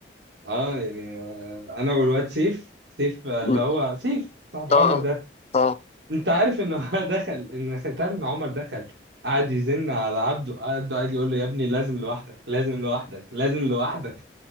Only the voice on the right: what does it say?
اه يعني آه، انا والواد سيف سيف آه،
اللي هو سيف صاحب
عمر ده
انت عارف ان هو <laughs> دخل ان انت عارف ان عمر دخل قعد يزن على عبده عبده قعد يقول له يا ابني لازم لوحدك لازم لوحدك لازم لوحدك